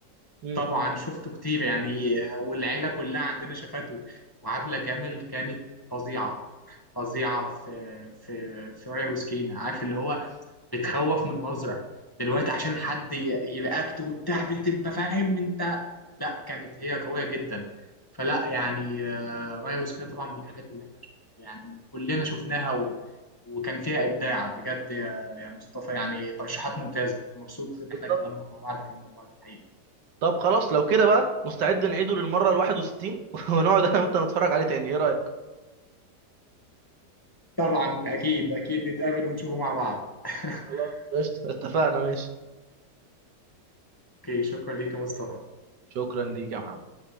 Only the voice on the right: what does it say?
مم.
بالظبط
طب
بالظبط
طب خلاص لو كده بقى مستعد نعيده للمره ال 61 <laughs> ونقعد انا وانت نتفرج عليه تاني ايه رايك
خلاص قشطة اتفقنا ماشي
شكرا ليك يا محمد